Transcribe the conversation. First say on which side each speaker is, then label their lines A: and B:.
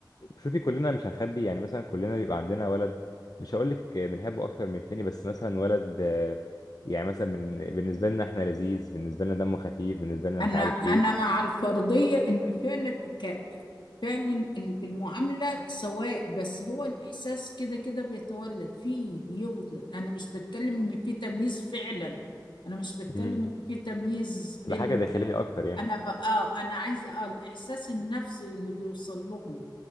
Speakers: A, on the left (about 55°); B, on the left (about 80°).
A: شوفي كلنا مش هنخبي يعني مثلا كلنا بيبقى عندنا ولد مش هقول لك بنحبه اكتر من التاني بس مثلا ولد آه، يعني مثلا بن- بالنسبه لنا احنا لذيذ بالنسبه لنا دمه خفيف بالنسبه لنا
B: أنا
A: مش عارف
B: أنا
A: ايه
B: مع الفرضية إن فعلا ك... فعلا ال- المعاملة سواء بس هو الإحساس كده كده بيتولد فيه بيولد أنا مش بتكلم إن في تمييز فعلا أنا مش بتكلم
A: مم.
B: إن في تمييز
A: تبقى
B: بين
A: حاجه داخليه اكتر يعني
B: أنا بقى أنا عايزة آه الإحساس النفسي اللي بيوصل لهم